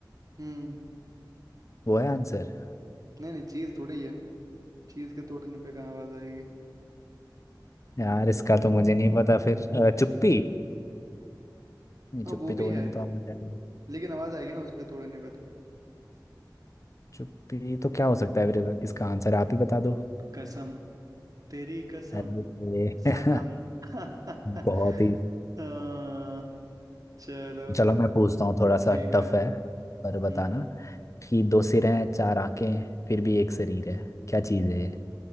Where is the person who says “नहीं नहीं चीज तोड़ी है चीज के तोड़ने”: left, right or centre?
Right